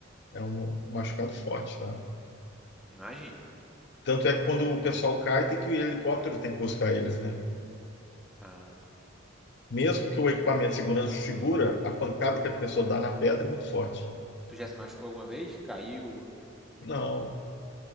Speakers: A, on the left; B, in the centre.
A: é um machucado forte, tá?
B: imagino.
A: Tanto é que quando o pessoal cai, tem que o helicóptero tem que buscar eles, né?
B: Ah,
A: Mesmo que o equipamento de segurança segura, a pancada que a pessoa dá na pedra é muito forte.
B: tu já se machucou alguma vez? Caiu?
A: Não,